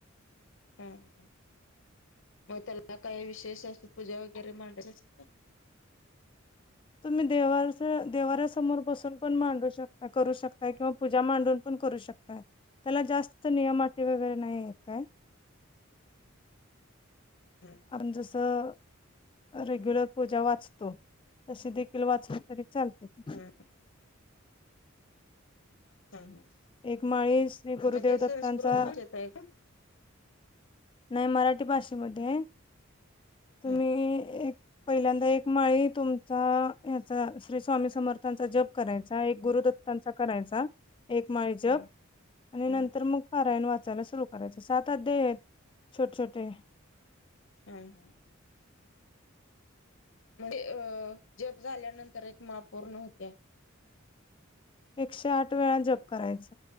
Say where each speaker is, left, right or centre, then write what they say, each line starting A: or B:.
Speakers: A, on the left (about 65°); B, on the left (about 25°).
A: हमम मग त्याला काय विशेष अशी पूजा वगैरे मांडायची?
B: तुम्ही देवार देव्हाऱ्यासमोर बसून पण मांडू शकता करू शकता किंवा पूजा मांडून पण करू शकता त्याला जास्त नियम अटी वगैरे नाही आहेत काय
A: हा <inaudible>
B: आपण जसं रेग्युलर पूजा वाच तो तसे देखील वाचले तरी चालते.
A: हा हा हा.
B: एक माळी श्री गुरुदेव
A: मग ते
B: दत्तांचा
A: संस्कृत भाषेत आहे का
B: नाही मराठी भाषेमध्ये ये. तुम्ही
A: हा
B: एक पहिल्यांदा एक माळी तुमचा याचा श्री स्वामी समर्थांचा जप करायचा एक गुरुदत्तांचा करायचा माळ जप
A: हा
B: आणि
A: हा
B: नंतर
A: हा
B: मग पारायण वाचायला सुरु करायच सात अध्याय आहेत छोटे छोटे
A: हमम हम. म्हणजे अ जप झाल्यानंतर एक माळ पूर्ण होत्या.
B: एकशे आठ वेळा जप करायच.